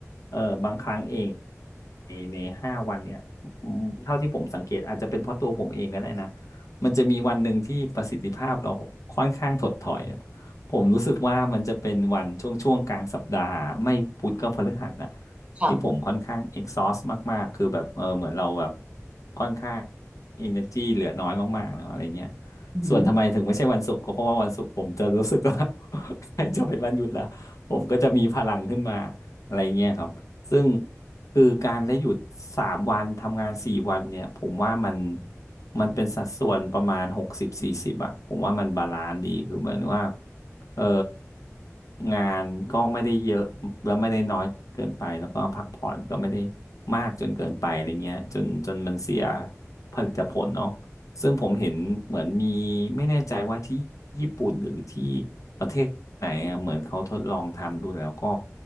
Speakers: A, on the left; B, on the right.
A: เออบางครั้งเองในในห้าวันเนี่ยอืมเท่าที่ผมสังเกตอาจจะเป็นเพราะตัวผมเองก็ได้นะ มันจะมีวันหนึ่งที่ประสิทธิภาพเราค่อนข้างถดถอยอะผมรู้สึกว่ามันจะเป็นวันช่วงช่วงกลางสัปดาห์ไม่พุธก็พฤหัสนะ
B: ค่ะ
A: ที่ผมค่อนข้าง exhaust มากๆคือแบบเออเหมือนเราแบบค่อนข้าง energy เหลือน้อยมากๆแล้วอะไรเงี้ย
B: อือหือ
A: ส่วนทำไมถึงไม่ใช่วันศุกร์ก็เพราะว่าวันศุกร์ผมจะรู้สึกว่า <laughs> ใกล้จะเป็นวันหยุดแล้วผมก็จะมีพลังขึ้นมาอะไรเงี้ยครับซึ่งคือการได้หยุดสามวันทำงานสี่วันเนี่ยผมว่ามัน มันเป็นสัดส่วนประมาณหกสิบสี่สิบอ่ะผมว่ามันบาลานซ์ดีคือเหมือนว่าเอองานก็ไม่ได้เยอะแล้วไม่ได้น้อยเกินไปแล้วก็พักผ่อนก็ไม่ได้มากจนเกินไปอะไรเงี้ยจนจนมันเสียผลิตผลเนาะซึ่งผมเห็นเหมือนมีไม่แน่ใจว่าที่ญี่ปุ่นหรือที่ประเทศไหนอะเหมือนเขาทดลองทำดูแล้วก็